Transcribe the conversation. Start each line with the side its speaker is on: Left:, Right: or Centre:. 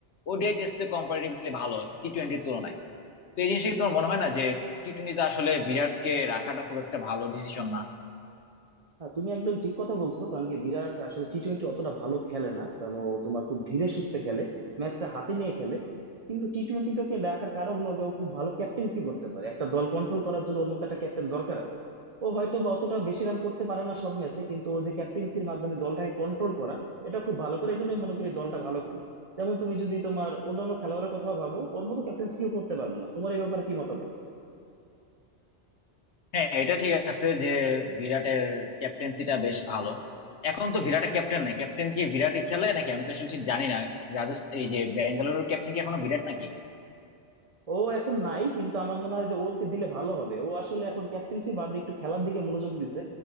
Left: ওডিআই টেস্টে কম্পারেটিভলি ভালো টি টোয়েন্টির তুলনায় তো এই জিনিসটা কি তোমার মনে হয় না যে টি টোয়েন্টিতে আসলে বিরাটকে রাখাটা খুব একটা ভালো ডিসিশন না
Right: হ্যাঁ, তুমি একদম ঠিক কথা বলছো কারণ কি বিরাট আসলে টি টোয়েন্টি অতটা ভালো খেলে না কারণ ও তোমার খুব ধীরে সুস্থে খেলে ম্যাচটা হাতে নিয়ে খেলে কিন্তু টি টোয়েন্টি তোকে দেখার কারণ হলো গিয়ে ও খুব ভালো ক্যাপ্টেন্সি করতে পারে একটা দল কন্ট্রোল করার জন্য ওর মতো একটা ক্যাপ্টেন দরকার আছে ও হয়তো বা অতটা বেশি রান করতে পারে না সব ম্যাচে কিন্তু ও যে ক্যাপ্টেন্সির মাধ্যমে দলটাকে কন্ট্রোল করা এটা খুব ভালো করে এই জন্যই মনে করি দলটা ভালো খেলে যেমন তুমি যদি তোমার অন্যান্য খেলোয়াড়ের কথা ভাবো ওর মতো ক্যাপ্টেন্সি কেউ করতে পারবে না তোমার এই ব্যাপারে কি মতামত
Left: হ্যাঁ এটা ঠিক আছে যে বিরাটের ক্যাপ্টেন্সিটা বেশ ভালো এখন তো বিরাটের ক্যাপ্টেন নাই ক্যাপ্টেন কি বিরাটই খেলে নাকি আমি তো আসলে ঠিক জানি না রাজস্থান এই যে ব্যাঙ্গালুরুর ক্যাপ্টেন কি এখনো বিরাট নাকি
Right: ও এখন নাই কিন্তু আমার মনে হয় যে ওকে দিলে ভালো হবে ও আসলে এখন ক্যাপ্টেন্সি বাদে একটু খেলার দিকে মনোযোগ দিছে